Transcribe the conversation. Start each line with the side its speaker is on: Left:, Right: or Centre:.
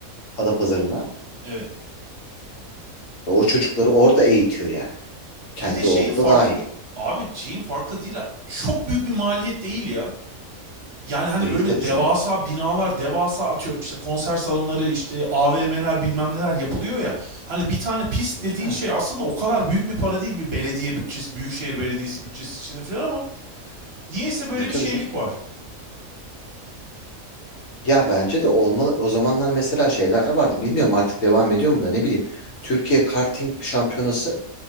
Left: Adapazarı'na.
Right: Evet.
Left: E o çocukları orada eğitiyor yani. Kendi
Right: Bir de şeyin
Left: oğlu
Right: farkın
Left: da dahil.
Right: abi şeyin farklı değil. Çok büyük bir maliyet değil ya. Yani hani
Left: Değil
Right: böyle
Left: tabii
Right: devasa
Left: canım.
Right: binalar, devasa atıyorum işte konser salonları, işte AVM'ler bilmem neler yapılıyor ya. Hani bir tane pist
Left: Yani,
Right: dediğin şey aslında o kadar büyük bir para değil bir belediye bütçesi, büyükşehir belediyesi bütçesi içinde falan ama niyeyse böyle
Left: e tabii
Right: bir şeylik
Left: canım.
Right: var.
Left: Ya bence de olmalı. O zamanlar mesela şeyler vardı. Bilmiyorum artık devam ediyor mu da ne bileyim. Türkiye Karting Şampiyonası